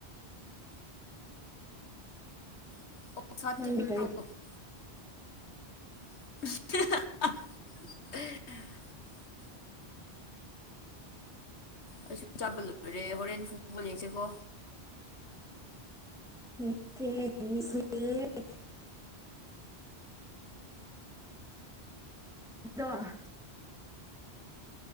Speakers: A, on the left; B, in the centre.
A: <unintelligible>
B: ꯅꯪꯗꯤ ꯀꯔꯤ
A: <unintelligible> ꯑꯩꯁꯨ ꯆꯥꯕ ꯂꯣꯏꯔꯦ ꯍꯣꯔꯦꯟ ꯐꯨꯕꯣꯜ ꯌꯦꯡꯁꯦꯀꯣ꯫
B: <unintelligible> ꯗꯣ